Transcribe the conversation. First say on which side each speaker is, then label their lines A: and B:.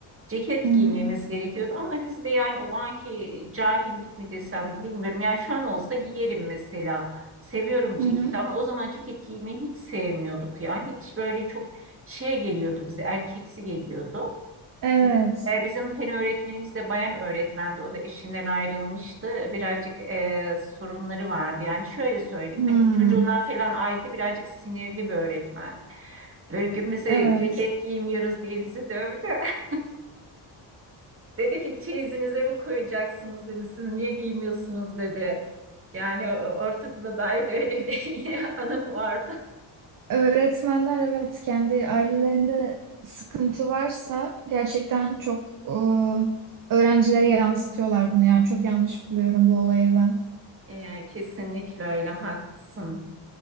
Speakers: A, on the right; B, on the right.
A: ceket
B: Hı hı.
A: giymemiz gerekiyordu ama biz de yani o anki cahillik mi desem bilmiyorum. Yani şu an olsa giyerim mesela. Seviyorum ceketi
B: Hı hı.
A: ama o zaman ceket giymeyi hiç sevmiyorduk ya. Hiç böyle çok şey geliyordu bize erkeksi geliyordu.
B: Evet.
A: Bizim, e, bizim fen öğretmenimiz de bayan öğretmendi. O da eşinden ayrılmıştı. Birazcık e, sorunları vardı. Yani şöyle söyleyeyim
B: Hmm.
A: hani çocuğundan falan ayrıydı birazcık sinirli bir öğretmendi. Böyle gün bize
B: Evet.
A: ceket giymiyoruz diye bizi dövdü. <laughs> Dedi ki çeyizinize mi koyacaksınız dedi. Siz niye giymiyorsunuz dedi. Yani o- ortaokula dair de öyle bir <laughs> anım vardı.
B: Öğretmenler evet kendi ailelerinde sıkıntı varsa gerçekten çok e, öğrencilere yansıtıyorlar bunu yani çok yanlış buluyorum bu olayı ben.
A: Ee, kesinlikle öyle haklısın.